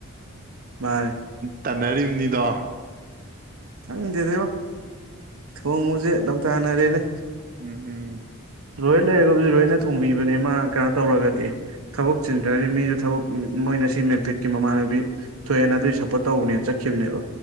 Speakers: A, on the right; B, on the right.
A: ꯚꯥꯏ
B: ꯇꯟꯅꯔꯤꯕꯅꯤꯗꯣ
A: ꯈꯪꯗꯦꯗꯔꯣ ꯊꯣꯡꯉꯨꯁꯦ ꯂ ꯂꯧꯇꯅꯔꯦꯅꯦ
B: ꯎꯝ ꯎꯝ
A: ꯂꯣꯏ ꯂꯩꯔꯒꯕꯨꯗꯤ ꯂꯣꯏꯅ ꯊꯣꯡꯕꯤꯕꯅꯦ ꯃꯥ ꯀꯩꯅꯣ ꯇꯧꯔꯒꯗꯤ ꯊꯕꯛ ꯆꯤꯟꯗ꯭ꯔꯒꯗꯤ ꯃꯤꯗꯨ ꯊꯕꯛ ꯃꯣꯏꯅ ꯁꯤ ꯃꯦꯟꯐꯤꯠꯀꯤ ꯃꯃꯥꯟꯅꯕꯤ ꯊꯣꯏꯑꯦꯅ ꯑꯗꯨꯏ ꯁꯞꯄꯣꯔꯠ ꯇꯧꯅꯦꯅ ꯆꯠꯈꯤꯕꯅꯦꯕ